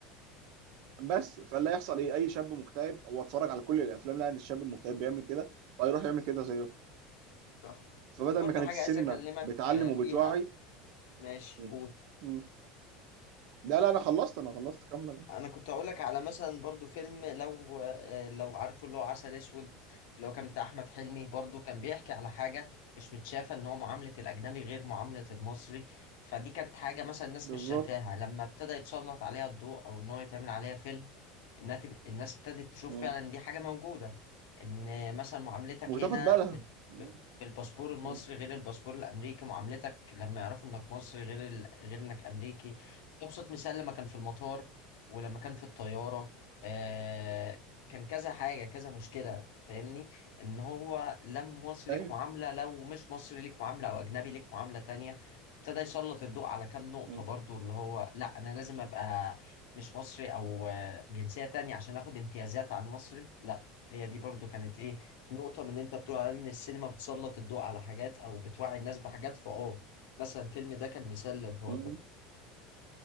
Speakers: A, on the right; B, on the left.
A: بس فلا يحصل ايه اي شاب مكتئب هو اتفرج على كل الافلام لقى ان الشاب المكتئب بيعمل كده فيروح يعمل كده زيه
B: صح
A: فبدل
B: كان في برضه
A: ما كانت
B: حاجة
A: السينما
B: عايز أكلمك
A: بتعلم
B: آه، فيها
A: وبتوعي
B: ماشي
A: م.
B: قول
A: م. لا لا انا خلصت انا خلصت كمل
B: أنا كنت أقول لك على مثلا برضه فيلم لو آه، لو عارفه اللي هو عسل أسود اللي هو كان بتاع أحمد حلمي برضه كان بيحكي على حاجة مش متشافة إن هو معاملة الأجنبي غير معاملة المصري فدي كانت حاجة مثلا الناس
A: بالظبط
B: مش شايفاها لما ابتدى يتسلط عليها الضوء أو إن هو يتعمل عليها فيلم الناس الناس ابتدت تشوف
A: م.
B: فعلا دي حاجة موجودة ان مثلا معاملتك
A: وتاخد
B: هنا
A: بالها
B: بال-
A: م.
B: ب- بالباسبور المصري
A: م.
B: غير الباسبور الامريكي معاملتك لما يعرفوا انك مصري غير ال... غير انك امريكي ابسط مثال لما كان في المطار ولما كان في الطيارة آه... كان كذا حاجة كذا مشكلة فاهمني ان هو لما مصري
A: ايوه
B: ليك معاملة لو مش مصري ليك معاملة او اجنبي ليك معاملة تانية ابتدى يسلط الضوء على كام نقطة
A: م.
B: برضو اللي هو لا انا لازم ابقى مش مصري او جنسية تانية عشان اخد امتيازات على المصري لا هي دي برضو كانت ايه نقطة من اللي انت بتقول على ان السينما بتسلط الضوء على حاجات او بتوعي الناس بحاجات فاه مثلا الفيلم ده كان مثال للحوار
A: م.
B: ده